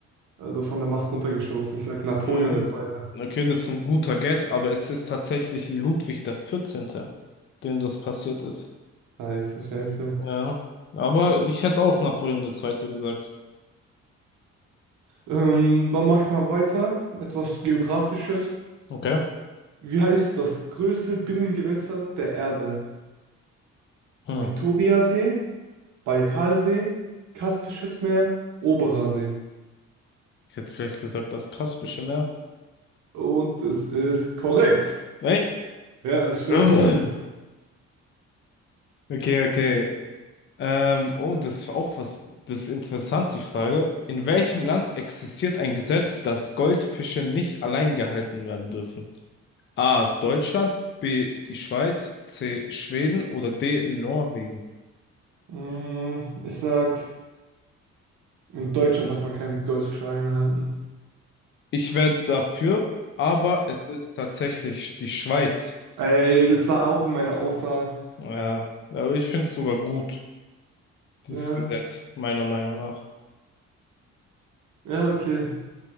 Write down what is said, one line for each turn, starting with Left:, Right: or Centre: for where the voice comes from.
Right: also von der Macht runtergestoßen. Ich sag Napoleon
Left: Okay.
Right: der Zweite.
Left: Okay, das ist ein guter Guess, aber es ist tatsächlich Ludwig der Vierzehnte, dem das passiert ist.
Right: Scheiße, scheiße.
Left: Ja, aber ich hätte auch Napoleon der Zweite gesagt.
Right: Ähm, dann mache ich mal weiter. Etwas Geografisches.
Left: Okay.
Right: Wie heißt das größte Binnengewässer der Erde?
Left: Hm.
Right: Viktoriasee, Baikalsee, Kaspisches Meer, Oberer See.
Left: Ich hätte vielleicht gesagt, das Kaspische Meer.
Right: Und es ist korrekt.
Left: Echt?
Right: Ja, das stimmt,
Left: Jawohl.
Right: stimmt.
Left: Okay, okay. Ähm, oh, das ist auch was, das ist interessant, die Frage. In welchem Land existiert ein Gesetz, dass Goldfische nicht allein gehalten werden dürfen? A. Deutschland, B. die Schweiz, C. Schweden oder D. Norwegen?
Right: Mm, Ich sag, in Deutschland darf man keinen Golfschein halten.
Left: Ich wäre dafür, aber es ist tatsächlich die Schweiz.
Right: Ey, das war auch in meiner Aussage.
Left: Ja, aber ich finde es sogar gut, dieses
Right: Ja,
Left: Gesetz, meiner Meinung nach.
Right: ja, okay.